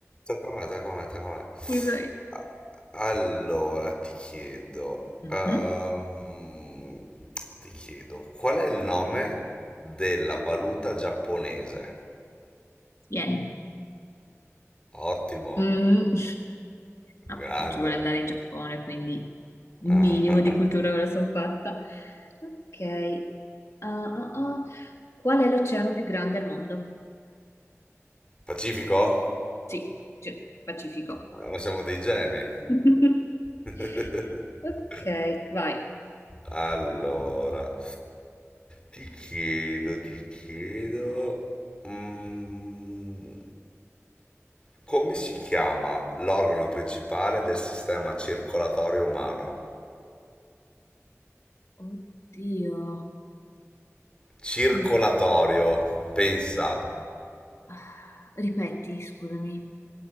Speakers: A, on the left; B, on the left.
A: Tocca a me, tocca a me, tocca a me.
B: Scusami.
A: A- Allora, ti chiedo,
B: Mhm.
A: ehm, ti chiedo, qual è il nome della valuta giapponese?
B: Yen.
A: Ottimo,
B: Mm, No,
A: grande.
B: perché ci vuole andare in Giappone, quindi un
A: Ah,
B: minimo di cultura me la sono fatta. Ok. Ah, ah, ah. Qual è l'oceano più grande al mondo?
A: <laughs> Pacifico?
B: Sì, sì, Pacifico.
A: Ah, Ma siamo dei geni.
B: <laughs>
A: <laughs>
B: Ok, vai.
A: Allora, ti chiedo, ti chiedo... mm, Come si chiama l'organo principale del sistema circolatorio umano?
B: Oddio.
A: Circolatorio,
B: Quindi-
A: pensa,
B: ah, Ripeti, scusami.